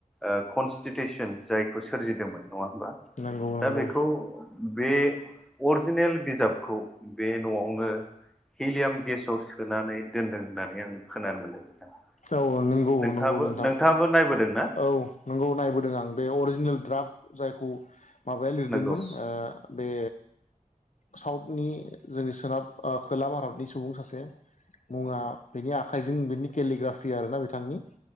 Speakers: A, in the centre; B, on the left.
A: ओ कन्स स्टिटिउसन जायखौ सोरजिदोंमोन। नङा होनबा
B: नंगौ नंगौ
A: दा बेखौ बे अर जिनेल बिजाबखौ बे न'आवनो हिलियाम गेसाव सोनानै दोनदों होननानै आं खोनानो मोनदों। नोंथां
B: औ नंगौ
A: नोंथाङाबो
B: नंगौ नोंथां
A: नोंथाङाबो नायबोदोंना
B: औ नंगौ नायबोदों आं बे अरिजिनेल द्राफ्ट जायखौ माबाया लिरदोंमोन
A: नंगौ
B: ओ बे साउथनि जोंनि सोनाब खोला भारतनि सुबुं सासे मुङा बिनि आखाइजों बिनि केलिग्राफि आरोना बिथांनि।